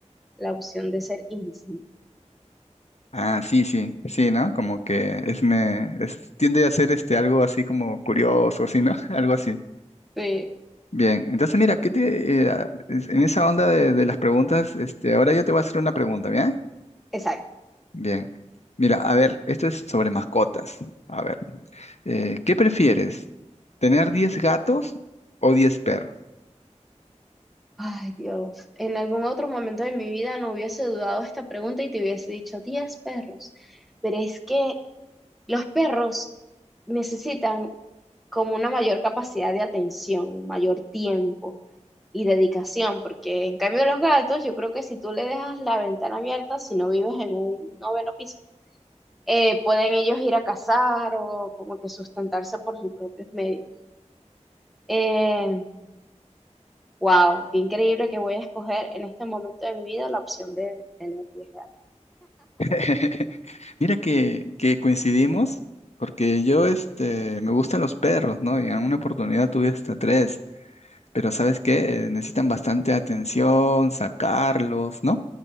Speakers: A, in the centre; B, on the left.
A: la opción de ser invisible.
B: Ah, sí, sí, sí, ¿no? Como que es me es- tiende a ser este algo así como curioso, así, ¿no? <laughs> Algo así.
A: Sí,
B: Bien, entonces mira, ¿qué te, eh, a- es- en esa onda de, de las preguntas, este, ahora yo te voy a hacer una pregunta, ¿bien?
A: Exacto.
B: Bien. Mira, a ver, esto es sobre mascotas. A ver, eh, ¿qué prefieres? ¿Tener diez gatos o 10 perros?
A: Ay, Dios, en algún otro momento de mi vida no hubiese dudado esta pregunta y te hubiese dicho 10 perros, pero es que los perros necesitan como una mayor capacidad de atención, mayor tiempo y dedicación, porque en cambio los gatos, yo creo que si tú le dejas la ventana abierta, si no vives en un noveno piso, eh, pueden ellos ir a cazar o como que sustentarse por sus propios medios. Eh, Wow, qué increíble que voy a escoger en este momento de mi vida la opción de tener diez gatos.
B: <laughs> Mira que, que coincidimos, porque yo este, me gustan los perros, ¿no? Y en alguna oportunidad tuve hasta tres, pero ¿sabes qué? Eh, necesitan bastante atención, sacarlos, ¿no?